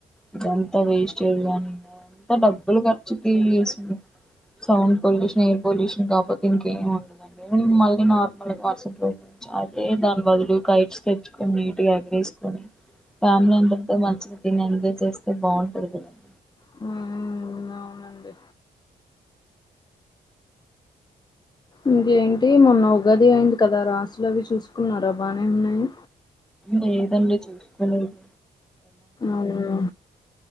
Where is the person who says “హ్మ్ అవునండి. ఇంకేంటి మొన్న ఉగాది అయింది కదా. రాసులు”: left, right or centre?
Left